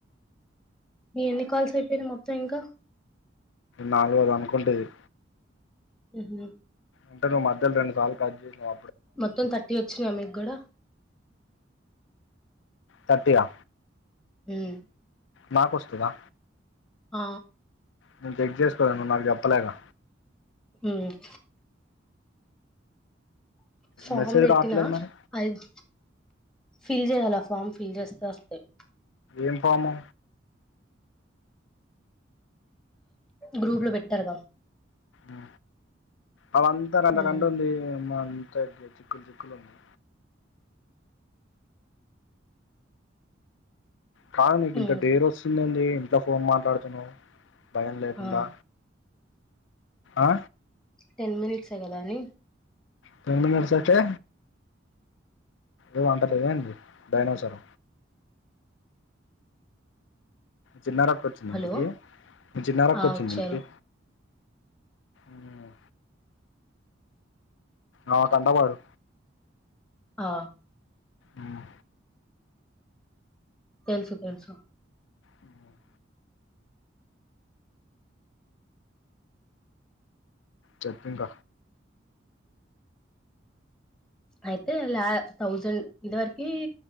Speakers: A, in the centre; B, on the left.
A: మీ ఎన్ని కాల్స్ అయిపోయినా మొత్తం ఇంకా
B: నాలుగోదనుకుంటా ఇది
A: ఉహు
B: అంటే నువ్ మధ్యలో రెండు సార్లు కట్ చేసినావ్
A: మొత్తం థర్టీ వచ్చినాయా మీకు కూడా
B: తట్టి యా
A: ఉమ్
B: మాకు వస్తుదా
A: ఆ
B: నేను చెక్ చేసుకోలే నువ్వు నాకు చెప్పలేగా
A: ఉమ్ ఫామ్
B: మెసేజ్
A: పెట్టినా
B: రావట్లేదు మరి
A: ఐదు ఫిల్ చేయాలా ఫార్మ ఫిల్ చేస్తే వస్తాయ్
B: ఏం ఫాము
A: గ్రూప్ లో పెట్టారుగా
B: ఆ అవంతా నంత
A: ఉమ్
B: కంట ఉంది అదైతే చిక్లు చిక్లు ఉంది కానీ నీకు ఇంత
A: ఉమ్
B: డేర్ వస్తుందండి ఇట్ల ఫోన్ మాట్లాడుతున్నావ్ భయం లేకుండా
A: ఆ
B: ఆ
A: టెన్ మినిట్సే కదా అని
B: టెన్ మినిట్స్ అయితే ఏం అంట లేదా ఏంటి డైనోసార్ చిన్నరక్క వచ్చింది
A: హలో
B: ఇంటికి మీ చిన్నరక్క
A: ఆ
B: వచ్చింది
A: వచ్చారు
B: ఇంటికి ఉమ్ ఆమె కంటపడు
A: ఆ
B: ఉమ్
A: తెల్సు తెల్సు
B: ఉమ్ చెప్పింక
A: అయితే లా థౌజండ్ ఇది వరకి